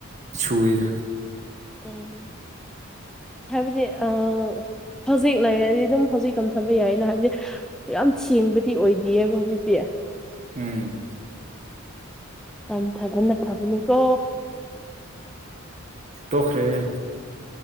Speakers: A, on the right (about 35°); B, in the centre.
A: ꯁꯨꯏꯔ
B: ꯎꯝ ꯍꯥꯏꯕꯗꯤ ꯑ ꯍꯧꯖꯤꯛ ꯂꯩꯔꯗꯤ ꯑꯗꯨꯝ ꯍꯧꯖꯤꯛ ꯃꯇꯝ ꯊꯝꯕ ꯌꯥꯏꯌꯦꯅ ꯍꯥꯏꯕꯗꯤ ꯌꯥꯝ ꯁꯦꯡꯕꯗꯤ ꯑꯣꯏꯗꯦꯑꯕ ꯍꯧꯖꯤꯛꯇꯤ
A: ꯎꯝ
B: ꯇꯝꯊꯕꯅ ꯐꯕꯅꯤꯀꯣ
A: ꯇꯈ꯭ꯔꯦ